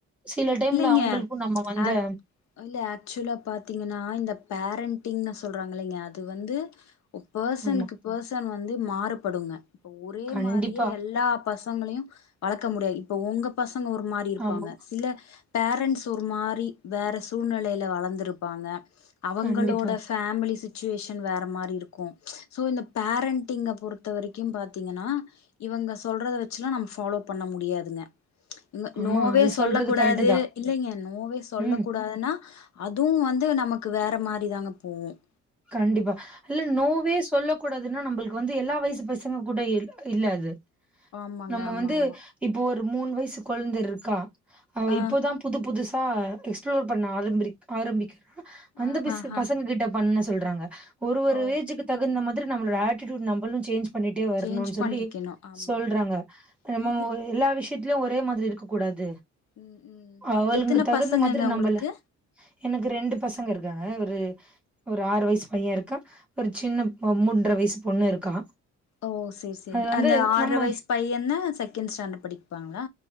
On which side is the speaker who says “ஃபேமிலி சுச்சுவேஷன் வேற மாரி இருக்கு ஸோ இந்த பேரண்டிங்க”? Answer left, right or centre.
Left